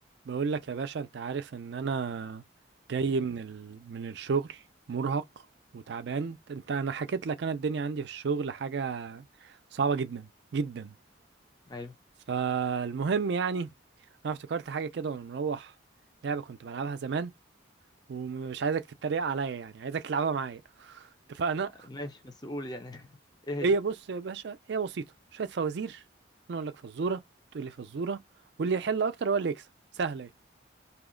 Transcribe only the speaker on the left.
ايوه
ماشي بس قول يعني <laughs> ايه هي